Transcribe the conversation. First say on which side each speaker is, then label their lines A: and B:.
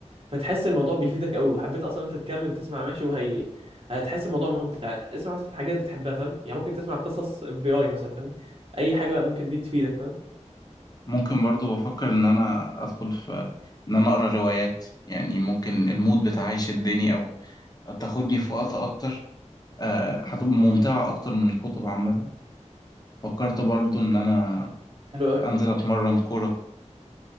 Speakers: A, on the right; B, on the left.
A: فتحس الموضوع بيفيدك قوي وحبيت اصلا انت تكمل تسمع ماشي وهي هتحس الموضوع ممتع اسمع مثلا حاجات بتحبها فاهم يعني ممكن تسمع قصص اف بي اي مثلا فاهمني اي حاجه بقى ممكن دي تفيدك فاهم
B: ممكن برضو بفكر ان انا ادخل في ان انا اقرا روايات يعني ممكن المود بتاعي يشدني او أو تاخدني في وقت اكتر آه، هتبقى ممتعة اكتر من الكتب عامة فكرت برضو ان انا
A: حلو قوي
B: انزل اتمرن كورة